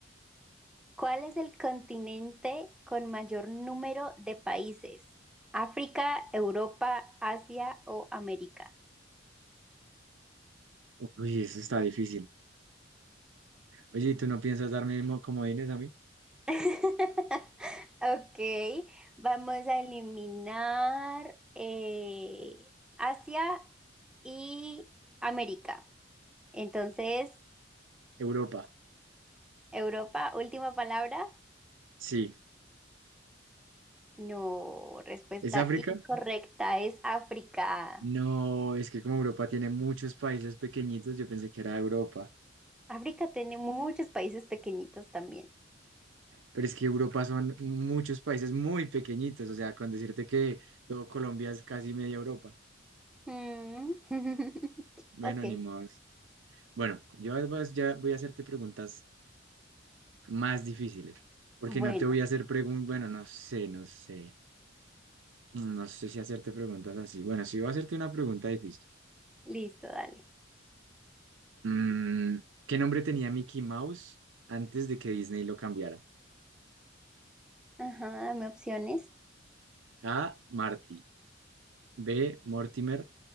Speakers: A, in the centre; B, on the right.
A: ¿Cuál es el continente con mayor número de países? ¿África, Europa, Asia o América?
B: Uy, eso está difícil. Oye, ¿y tú no piensas darme mo- comodines a mí?
A: <laughs> Ok, vamos a eliminar eh, Asia y América. Entonces,
B: Europa.
A: Europa, última palabra.
B: Sí.
A: No, respuesta
B: ¿Es África?
A: incorrecta, es África.
B: No, es que como Europa tiene muchos países pequeñitos, yo pensé que era Europa.
A: África tiene muchos países pequeñitos también.
B: Pero es que Europa son muchos países muy pequeñitos, o sea, con decirte que todo Colombia es casi media Europa.
A: Mm. <laughs>
B: Bueno,
A: Ok,
B: ni modos. Bueno, yo además ya voy a hacerte preguntas más difíciles, porque
A: Bueno,
B: no te voy a hacer preguntas, bueno, no sé, no sé, no sé si hacerte preguntas así. Bueno, sí voy a hacerte una pregunta difícil.
A: listo, dale.
B: Mm, ¿qué nombre tenía Mickey Mouse antes de que Disney lo cambiara?
A: Ajá, dame opciones.
B: A. Marty, B. Mortimer,